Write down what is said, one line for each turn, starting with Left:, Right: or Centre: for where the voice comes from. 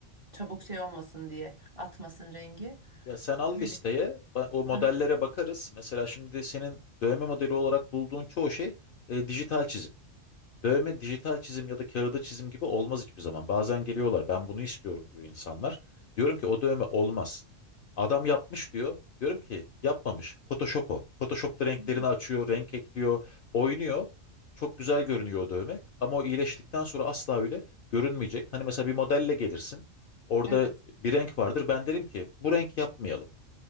Right: Çabuk şey olmasın diye atmasın rengi.
Left: Ya sen al
Right: Öyle.
Left: listeye ba- o modellere
Right: Aha.
Left: bakarız. Mesela şimdi senin dövme modeli olarak bulduğun çoğu şey e, dijital çizim. Dövme, dijital çizim ya da kağıda çizim gibi olmaz hiçbir zaman. Bazen geliyorlar, ben bunu istiyorum diyor insanlar. Diyorum ki o dövme olmaz. Adam yapmış diyor. Diyorum ki yapmamış. Photoshop o. Photoshop'ta renklerini
Right: hı.
Left: açıyor, renk ekliyor, oynuyor. Çok güzel görünüyor o dövme. Ama o iyileştikten sonra asla öyle görünmeyecek. Hani mesela bir modelle gelirsin. Orada
Right: Evet.
Left: bir renk vardır. Ben derim ki bu renk yapmayalım.